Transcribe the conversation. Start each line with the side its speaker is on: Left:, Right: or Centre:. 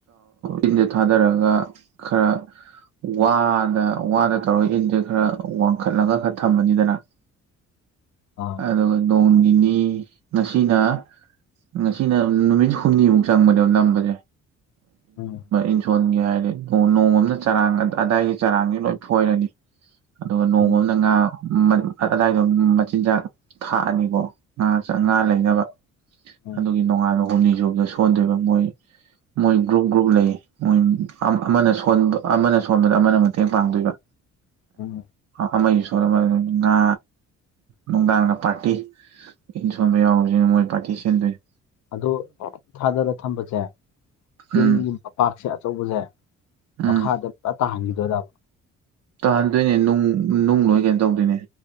Right: ꯏꯟꯖ ꯊꯥꯗꯔꯒ ꯈꯔ ꯋꯥꯗ ꯋꯥꯗ ꯇꯧꯔꯒ ꯏꯟꯁꯦ ꯈꯔ ꯋꯥꯡꯈꯠꯂꯒ ꯊꯝꯃꯅꯤꯗꯅ inaudible
Left: ꯑ
Right: ꯑꯗꯨꯒ ꯅꯣꯡꯅꯤꯅꯤ ꯉꯁꯤꯅ ꯉꯁꯤꯅ ꯅꯨꯃꯤꯠ ꯍꯨꯝꯅꯤꯃꯨꯛ ꯆꯪꯕꯅꯦꯕ ꯅꯝꯕꯁꯦ
Left: ꯎꯝ
Right: ꯏꯟꯁꯣꯟꯒꯦ ꯍꯥꯏꯔꯗꯤ ꯅꯣꯡꯃ ꯑꯃꯅ ꯆꯔꯥꯡꯁꯦ ꯑꯗꯥꯏꯒꯤ ꯆꯔꯥꯡꯗꯤ ꯂꯣꯏ ꯐꯣꯏꯔꯅꯤ ꯑꯗꯨꯒ ꯅꯣꯡꯃ
Left: ꯎꯝ
Right: ꯑ ꯑꯃꯅ ꯉꯥ ꯑꯗꯥꯏꯗꯣ ꯃꯆꯤꯟꯖꯥꯛ ꯊꯥꯛꯑꯅꯤꯀꯣ ꯉꯥ ꯆꯥꯉꯥ
Left: ꯎꯝ
Right: ꯂꯩꯅꯕ
Left: ꯎꯝ
Right: ꯑꯗꯨꯒꯤ ꯅꯣꯡꯉꯥꯟꯕ ꯍꯨꯝꯅꯤꯖꯨꯕꯗ ꯁꯣꯟꯗꯣꯏꯕ ꯃꯣꯏ ꯃꯣꯏ ꯒ꯭ꯔꯨꯞ ꯒ꯭ꯔꯨꯞ ꯂꯩ ꯑ ꯑꯃꯅ ꯁꯣꯟ ꯑꯃꯅ ꯁꯣꯟꯕꯗ ꯑꯃꯅ ꯃꯇꯦꯡ ꯄꯥꯡꯗꯣꯏꯕ
Left: ꯎꯝ
Right: ꯑꯃꯒꯤꯁꯨ ꯁꯣꯕ ꯑꯗꯨ ꯉꯥ ꯅꯨꯡꯗꯥꯡꯅ ꯄꯥꯔꯇꯤ ꯏꯟ ꯁꯣꯟꯕ ꯌꯥꯎꯔꯨꯁꯤꯅ ꯃꯣꯏ ꯄꯥꯔꯇꯤ ꯁꯦꯝꯗꯣꯏꯅꯦ
Left: ꯑꯗꯣ ꯊꯥꯗꯔ ꯊꯝꯕꯁꯦ
Right: ꯎꯝ
Left: ꯏꯟꯒꯤ ꯃꯄꯥꯛꯁꯦ ꯑꯆꯧꯕꯁꯦ
Right: ꯎꯝ
Left: ꯃꯈꯥꯗ ꯄ ꯇꯥꯍꯟꯈꯤꯗꯣꯢꯔꯕ
Right: ꯇꯥꯍꯟꯗꯣꯏꯅꯦ ꯅꯨꯡ ꯅꯨꯡ ꯂꯣꯏ ꯀꯩꯅꯣ ꯇꯧꯗꯣꯏꯅꯦ